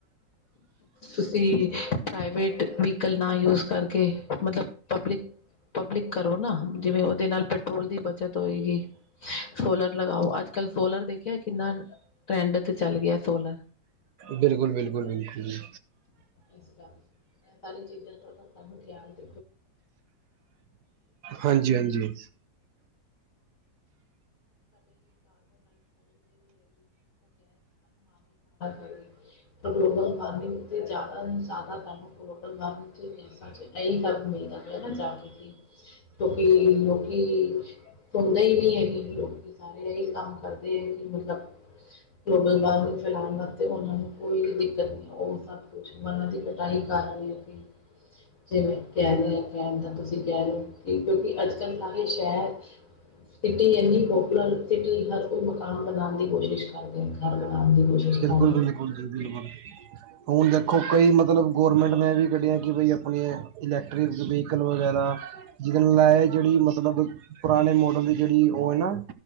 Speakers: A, on the left; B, on the right.
A: ਤੁਸੀਂ ਪ੍ਰਵੇਟ ਵਿਕਲ ਨਾ ਯੂਜ ਕਰ ਕਰਕੇ ਮਤਲਬ ਪਬਲਿਕ, ਪਬਲਿਕ ਕਰੋ ਨਾ ਜਿਵੇਂ ਉਹਦੇ ਨਾਲ ਪੈਟਰੋਲ ਦੀ ਬੱਚਤ ਹੋਏਗੀ, ਸੋਲਰ ਲਗਾਓ ਅੱਜ ਕੱਲ ਸੋਲਰ ਦੇਖਿਆ ਕਿੰਨਾ ਟਰੈਂਡ ਤੇ ਚੱਲ ਗਿਆ ਸੋਲਰ
B: ਬਿਲਕੁਲ ਬਿਲਕੁਲ ਬਿਲਕੁਲ ਜੀ
A: ਇਸ ਕਰਕੇ ਇਹ ਸਾਰੀ <unintelligible> ਹਾਨੀਕਾਰਕ
B: ਹਾਂਜੀ ਹਾਂਜੀ
A: ਹੈਗੀ ਗਲੋਬਲ ਵਾਰਮਿੰਗ ਤੇ ਜ਼ਿਆਦਾ ਨੂੰ ਜ਼ਿਆਦਾ ਤਾਨੂੰ ਗੋਬਲ ਵਾਰਮਿੰਗ ਚ ਇਹੀ ਕੰਮ ਮਿਲਦਾ ਪਯਾ ਨਾ ਜਾ ਕੇ ਕਿਉਂਕਿ ਲੋਕੀ ਸੁਣਦੇ ਹੀ ਨਹੀਂ ਹੈਗੇ ਲੋਕ ਸਾਰੇ ਇਹੀ ਕੰਮ ਕਰਦੇ ਹੈ ਕਿ ਮਤਲਬ ਲੋਕਲ- ਬਾਹਰ ਨੂੰ ਫੈਲਾਣ ਵਾਸਤੇ ਉਹਨਾਂ ਨੂੰ ਕੋਈ ਦਿੱਕਤ ਨਹੀਂ ਉਹ ਸਭ ਕੁਛ ਉਹਨਾਂ ਦੀ ਕਟਾਈ ਕਰਹੀ ਹੈ ਜਿਵੇਂ ਕਹਿ ਰਹੇ ਆ ਕਹਿਣ ਦਾ ਤੁਸੀਂ ਕਹਿ ਰਹੇ ਹੋ ਕਿ ਕਿਉਂਕਿ ਅੱਜ ਕੱਲ ਸਾਰੇ ਸ਼ਹਿਰ ਸਿਟੀ ਇੰਨੀ ਪਪੂਲਰ ਸਿਟੀ ਹਰ ਕੋਈ ਮਕਾਨ ਬਣਾਣ ਦੀ ਕੋਸ਼ਿਸ਼ ਕਰਦੇ ਆ। ਘਰ ਬਣਾਉਣ ਦੀ ਕੋਸ਼ਿਸ਼
B: ਬਿਲਕੁਲ
A: ਕਰਦੇ
B: ਬਿਲਕੁਲ
A: ਆ ਨਾ
B: ਜੀ ਬਿਲਕੁਲ ਹੁਣ ਦੇਖੋ ਕਈ ਮਤਲਬ ਗੌਰਮੈਂਟ ਨੇ ਵੀ ਕੱਢੀਆਂ ਕਿ ਬਾਈ ਆਪਣੇ ਇਲੈਕਟ੍ਰਿਕ ਵਹੀਕਲ ਵਗੈਰਾ ਜਿਹਦੇ ਨਾਲਏ ਮਤਲਬ ਪੁਰਾਣੇ ਮੋਡਲ ਦੀ ਜਿਹੜੀ ਉਹ ਹੈ ਨਾ